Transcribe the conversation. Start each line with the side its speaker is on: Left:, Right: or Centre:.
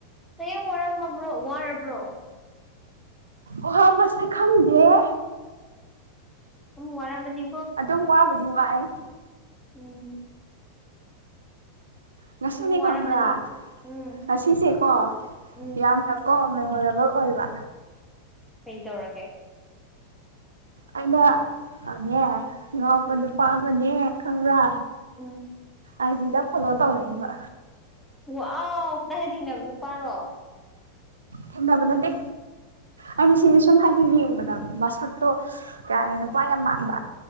Centre: ꯍꯌꯦꯡ ꯋꯥꯔꯝꯃꯕ꯭ꯔꯣ ꯋꯥꯔꯕ꯭ꯔꯣ <inaudible>
Right: ꯑꯋꯥꯕꯁꯦ ꯈꯪꯗꯦꯍꯦ
Centre: ꯑꯃꯨꯛ ꯋꯥꯔꯝꯃꯅꯤ
Right: ꯑꯗꯨꯝ ꯋꯥꯕꯨꯗꯤ ꯋꯥꯏ
Centre: ꯎꯝ
Right: ꯉꯁꯤꯅꯦ
Centre: ꯌꯥꯝ ꯋꯥꯔꯝꯃꯅꯤ
Right: ꯈꯪꯕ꯭ꯔꯥ
Centre: ꯎꯝ
Right: ꯉꯁꯤꯁꯦ ꯀꯣ
Centre: ꯎꯝ
Right: ꯌꯥꯝꯅ ꯀꯣ ꯃꯦꯃꯣꯔꯦꯕꯜ ꯑꯣꯏꯕ
Centre: ꯀꯩ ꯇꯧꯔꯒꯦ
Right: ꯑꯩꯅ ꯑꯅꯦ ꯉꯥꯎꯄ
Centre: ꯎꯝ
Right: ꯅꯨꯄꯥ ꯑꯃꯅꯦ ꯈꯪꯕ꯭ꯔꯥ
Centre: ꯎꯝ ꯎꯝ
Right: ꯑꯏꯖꯤꯗ ꯐꯣꯂꯣ ꯇꯧꯔꯛꯏꯕ
Centre: ꯋꯥꯎ ꯀꯗꯥꯏ ꯊꯦꯡꯅꯕ ꯅꯨꯄꯥꯔꯣ
Right: ꯊꯦꯡꯅꯕ ꯅꯠꯇꯦ ꯑꯩꯅ ꯁꯤꯗ ꯁꯨꯝ ꯍꯥꯏꯗꯤ ꯌꯦꯡꯕꯗ ꯃꯁꯛꯇꯣ ꯀꯌꯥꯅ ꯅꯨꯄꯥ ꯌꯥꯝ ꯃꯥꯟꯕ